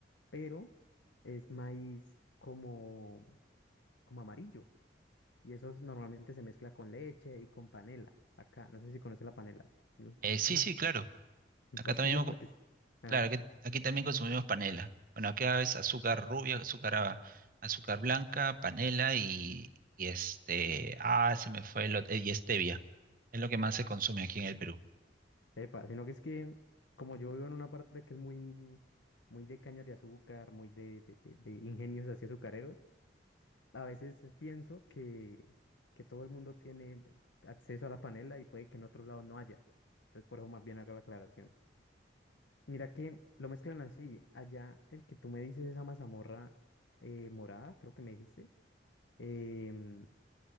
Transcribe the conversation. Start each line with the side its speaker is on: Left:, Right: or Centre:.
Left: pero es maíz como, como amarillo y eso es- normalmente se mezcla con leche y con panela, acá, no sé si conoces la panela, ¿no?
Right: Eh, sí,
Left: <laughs>
Right: sí, claro.
Left: Imposible
Right: Acá también
Left: porque... es- Ajá.
Right: Claro, aquí, aquí también consumimos panela. Bueno, aquí es azúcar rubia, azúcar, a- azúcar blanca, panela y, y este, ah, se me fue el, ot- eh, y stevia. Es lo que más se consume aquí en el Perú.
Left: Epa, sino que es que como yo vivo en una parte que es muy, muy de cañas de azúcar, muy de, de- de- de ingenios así azucareros, a veces pienso que, que todo el mundo tiene acceso a la panela y puede que en otros lados no haya. Entonces por eso más bien hago la aclaración. Mira que lo mezclan así. Allá el que tú me dices, esa mazamorra eh, morada, creo que me dijiste, em,